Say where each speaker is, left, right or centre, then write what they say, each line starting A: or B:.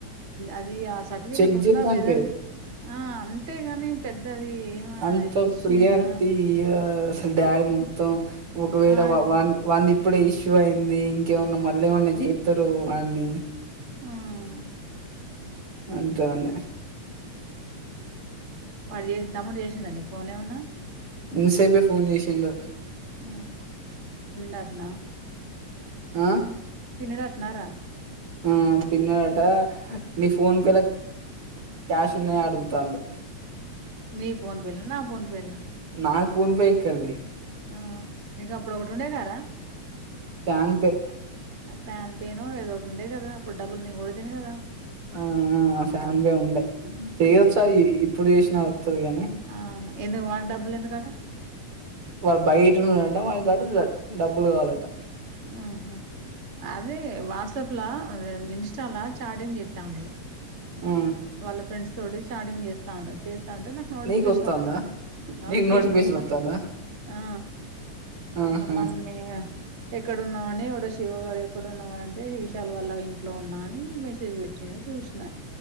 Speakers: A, on the right (about 75°); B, on the right (about 45°).
A: అది ఆ సర్టిఫికెట్
B: చెక్
A: ఉందా
B: చేద్దానికే
A: లేద అనేది ఆ అంతేగని పెద్దది ఏమ్
B: అంత
A: విషయంగా
B: ప్రియారిటీ అసలు డాడీ మొత్తం ఒకవేళ
A: ఆ న్
B: వాన్ వాన్నీ ఇప్పుడ ఇష్యూ అయింది ఇంకేమన్నా మళ్ళీ ఏమన్నా జేత్తారో అనీ
A: మ్మ్
B: ఇంకా ఏమన్నా
A: వాడు చె నీ తమ్ముడు జెసిండ నీకు ఫోన్ ఏమన్నా
B: ఇన్స్ పే ఫోన్ చేసిండు
A: మ్మ్ ఉందాట్న
B: ఆ
A: తినడ అట్నారా
B: మ్మ్ తిన్నాడట నీ ఫోన్ పేలో క్యాష్ ఉన్నయ అడుగుతాండు
A: నీ ఫోన్ పే లో నా ఫోన్ పే లోనా
B: నాకు ఫోన్ పే ఎక్కడిది
A: మ్మ్ ఇక అప్పుడు ఒకటి ఉండే కదరా
B: ప్యాన్ పే
A: ప్యాన్ పేనొ ఏదో ఒకటి ఉండే కదా అప్పుడు డబ్బులు నీను కొడతిని కదా
B: ఆ ఫ్యాన్ పే ఉండే చేయచ్చా ఇప్పుడు చేసినా వత్తది కాని
A: ఆ మ ఎందుకు వానికి డబ్బులు ఎందుకాట
B: వాడు బయటఉన్నాడంట వానికంట డబ్బులు కావాలట
A: ఉహు అదే వాట్సాప్లా ఇన్స్టా లా చాటింగ్ చెత్తండు
B: ఆ,
A: వాళ్ళ ఫ్రెండ్స్ తోటి చాటింగ్ చేస్తాండు చూత్తంటే నాకు నోటిఫికేషన్
B: నీకు వత్తాందా
A: వత్తండే నోటిఫికేషన్
B: నీకు
A: వస్తాండే
B: వత్తాందా
A: ఆ వాళ్ళ
B: ఆహా
A: మమ్మీ యా ఎక్కడున్నామని ఎవడో శివగడు ఎక్కడన్నామ అంటే విశాల వల్ల ఇంట్లో ఉన్నా అని మెసేజ్ పెట్టిండు చూసిన